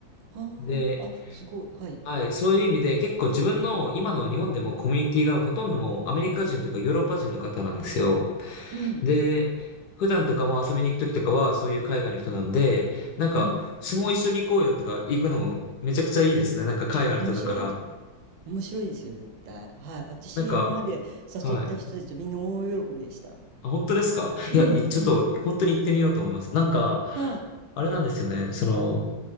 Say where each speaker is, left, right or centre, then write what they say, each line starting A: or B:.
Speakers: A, on the right (about 80°); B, on the left (about 70°).
A: はあ、
B: で、
A: あ、すごい。はい。
B: はい、そういう意味で結構自分の今の日本でもコミュニティがほとんどもうアメリカ人とかヨーロッパ人の方なんですよ。
A: うん、
B: で、普段とかも遊びに行くときとかはそういう海外の人なんで、なんか相撲一緒に行こうよとか行くのもめちゃくちゃいいですね。
A: うん。
B: なんか海外の人だから。
A: 面白いと思う。面白いですよ、絶対。はい。私、
B: なんか、
A: 今まで誘った人たちみんな大喜びでした。
B: はい。あ、本当ですかいや、
A: うん、
B: いちょっと、
A: うん。
B: 本当に行ってみようと思います。なんか、
A: はい。
B: あれなんですよね。その、